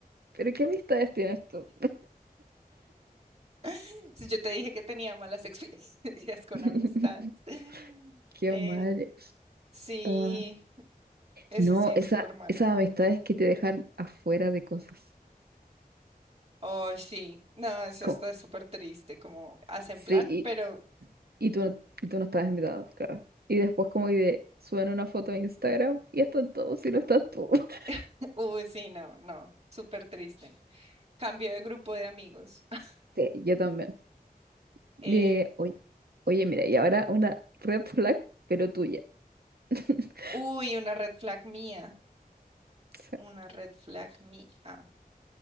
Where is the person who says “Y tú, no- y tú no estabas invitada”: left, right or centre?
Right